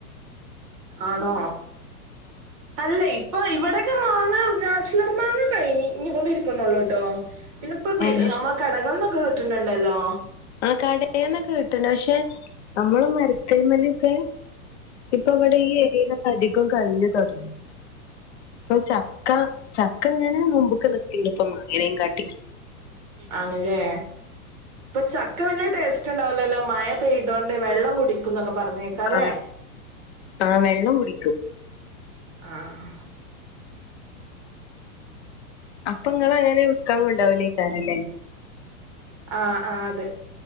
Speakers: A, on the right (about 25°); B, on the left (about 45°).
A: ആണോ അല്ല ഇപ്പൊ ഇവിടെക്കെ മാങ്ങ നാച്ചുറർ മാങ്ങ കഴിഞ്ഞ് ഇനി <unintelligible> ഇരിപ്പുള്ളു കേട്ടോ പിന്നിപ്പ വീ
B: ഏഹ്
A: നമ്മൾ കടകളക്കെ കിട്ടൺണ്ടല്ലോ
B: ആഹ് കടേന്നൊക്കെ കിട്ടണ്ട് പക്ഷെ നമ്മള് മരത്തേമേലൊക്കെ ഇപ്പ അവിടെ ഈ ഏരിയിലൊക്കെ അധികം കഴിഞ്ഞ് തൊടങ്ങി ഇപ്പൊ ച ക്ക ചക്ക ഇങ്ങനെ മുമ്പൊക്ക നിക്കിണ്ട് ഇപ്പൊ മാങ്ങേനെം കാട്ടി
A: ആണല്ലേ ഇപ്പ ച ക്ക വല്യാ ടേസ്റ്റ് ഉണ്ടാവില്ലല്ലോ മഴ പെയ്തൊണ്ട് വെള്ളം കുടി ക്കുന്നൊക്കെ പറഞ്ഞേക്കാല്ലേ
B: ആ ആ വെള്ളം കുടിക്കും
A: ആഹ്
B: അപ്പൊ ഇങ്ങള് അങ്ങനെ വിക്കാൻ കൊണ്ടോവലകാരം ല്ലെ
A: ആഹ് ആഹ് അതെ